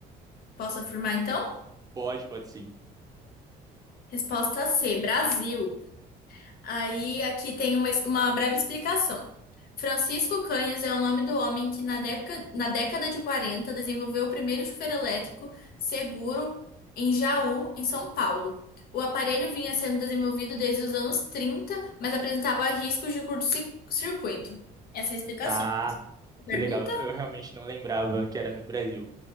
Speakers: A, on the left; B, on the right.
A: Posso afirmar então?
B: Pode, pode sim.
A: Resposta C. Brasil. Aí aqui tem uma, uma breve explicação. Francisco Canhes é o nome do homem que na década, na década de 40 desenvolveu o primeiro chuveiro elétrico seguro em Jaú, em São Paulo. O aparelho vinha sendo desenvolvido desde os anos 30, mas apresentava riscos de curto-circuito. Essa é a explicação.
B: Ah, que
A: Pergunta?
B: legal. Eu realmente não lembrava que era no Brasil.